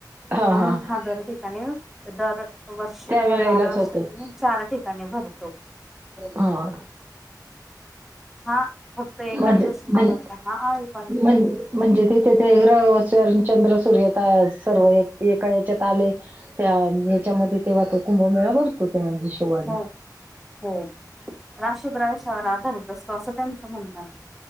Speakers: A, on the right (about 30°); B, in the centre.
A: हां,
B: म्हणून
A: हां.
B: हा दर ते कावदार वर्ष
A: त्यावेळेलाच
B: दर बारा वर्षांनी
A: होतं.
B: चार ठिकाणी भर हो
A: हा.
B: हा. फक्त एकाच
A: म्हणज
B: दिवशी न
A: म्हण
B: भरता हा आळीपाळीने
A: म्हण
B: भरतो.
A: म्हणजे. तिथे ते ग्रह चंद्र सूर्य सर्व एका याच्यात आले त्या याच्यामध्ये ते वातो कुंभमेळा भरतो. त्या हिशोबाने.
B: हो हो राशी प्रवेशावर आधारित अस तं त्यांचं म्हणण